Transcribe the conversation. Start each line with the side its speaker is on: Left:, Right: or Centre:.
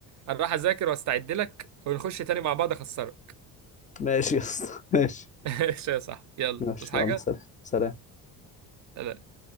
Right: هروح اذاكر واستعد لك ونخش تاني مع بعض اخسرك
Left: ماشي يا اسطى ماشي
Right: <laughs> ماشي يا صاحبي يلا
Left: ماشي
Right: تصحى
Left: يلا
Right: حاجه
Left: سلام سلام
Right: سلام.